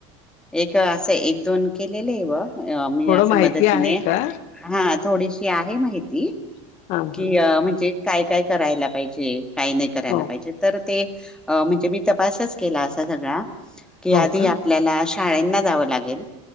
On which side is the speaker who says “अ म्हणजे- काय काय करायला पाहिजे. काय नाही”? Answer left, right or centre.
Centre